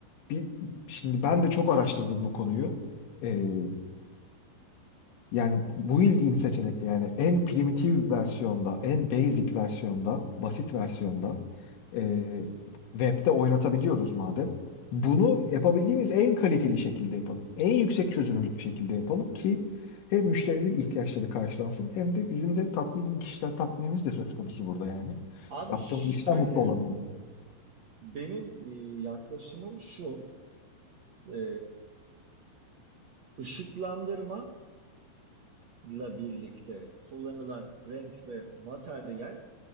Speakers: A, on the left; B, on the right.
A: Bir, şimdi ben de çok araştırdım bu konuyu. Ee, Yani build in seçenekli yani en primitif versiyonda, en basic versiyonda, basit versiyonda e, web'de oynatabiliyoruz madem. Bunu yapabildiğimiz en kaliteli şekilde yapalım. En yüksek çözünürlük şekilde yapalım ki hem müşterilerin ihtiyaçları karşılansın hem de bizim de tatmin, kişisel tatminimiz de söz konusu burada yani.
B: Abi
A: Yaptığımız
B: şöyle
A: işten mutlu olamıyorum.
B: benim e, yaklaşımım şu. e, ışıklandırma ile birlikte kullanılan renk ve materyal